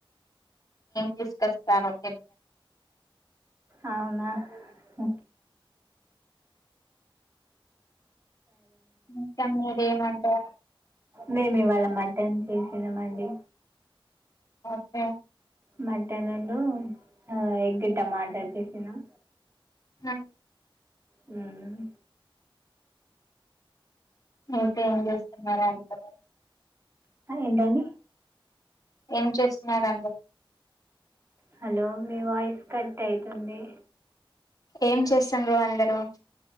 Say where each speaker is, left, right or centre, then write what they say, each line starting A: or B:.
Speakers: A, on the left; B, on the right.
A: డిస్కస్స్తారక
B: అవున మ్మ్
A: చెప్పండి మీరు ఏం వండారు
B: మేము ఇవాళ మటన్ చేసినామండి
A: ఒకే
B: మటన్లు ఆ ఎగ్ టమాట చేసినాం
A: మ్మ్
B: మ్మ్
A: ఇంకేం చేస్తున్నారు అందరు
B: ఎంటండి
A: ఏం చేస్తున్నారు అందరూ
B: హలో మీ వాయిస్ కట్ అయ్యితుంది
A: ఏం చేస్తుండ్రు అందరూ